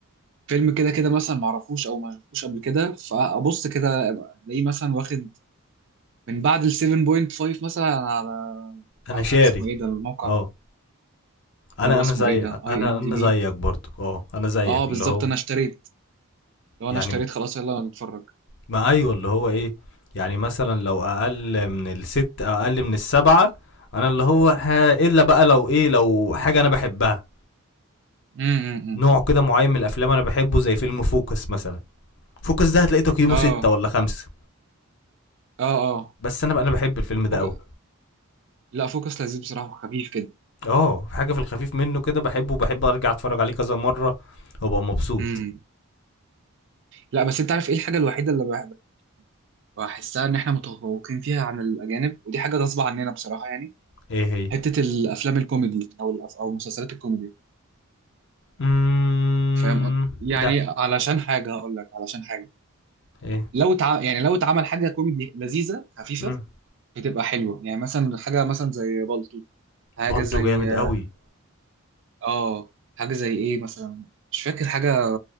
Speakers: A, on the right (about 55°); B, on the left (about 50°).
A: فيلم كده كده مثلا ما اعرفوش او ما شفتوش قبل كده فابص كده الاقيه مثلا واخد من بعد ال 7.5 مثلا على
B: انا
A: على
B: شاري
A: اسمه ايه ده الموقع
B: اه انا
A: اللي هو
B: انا
A: اسمه
B: زي
A: ايه ده
B: انا
A: اي ام
B: انا
A: دي بي
B: زيك برضو اه انا زيك
A: اه بالظبط
B: اللي هو
A: انا اشتريت لو
B: يعني
A: انا اشتريت خلاص يلا نتفرج
B: ما ايوه اللي هو ايه يعني مثلا لو اقل من الست اقل من السبعة انا اللي هو ها الا بقى لو ايه لو حاجة انا بحبها
A: امم
B: نوع كده معين من الافلام انا بحبه زي فيلم فوكس مثلا فوكس ده هتلاقي تقييمه
A: اه
B: ستة ولا خمسة
A: اه اه
B: بس انا بقى انا بحب الفيلم ده
A: فوك...
B: قوي
A: لا فوكس لذيذ بصراحه وخفيف كده
B: اه حاجة في الخفيف منه كده بحبه وبحب ارجع اتفرج عليه كذا مرة وابقى مبسوط
A: امم لا بس انت عارف ايه الحاجه الوحيده اللي بحب- بحسها ان احنا متفوقين فيها عن الاجانب ودي حاجه غصب عننا بصراحه يعني
B: ايه هي
A: حته الافلام الكوميدي او الأف... او مسلسلات الكوميدي
B: امم
A: فاهم قصدي؟ يعني
B: لا
A: علشان حاجه هقول لك علشان حاجه
B: ايه
A: لو تع... يعني لو اتعمل حاجه كوميدي لذيذه خفيفه
B: امم
A: بتبقى حلوه يعني مثلا حاجه مثلا زي بالطو حاجه
B: بالطو
A: زي
B: جامد قوي
A: اه حاجه زي ايه مثلا مش فاكر حاجه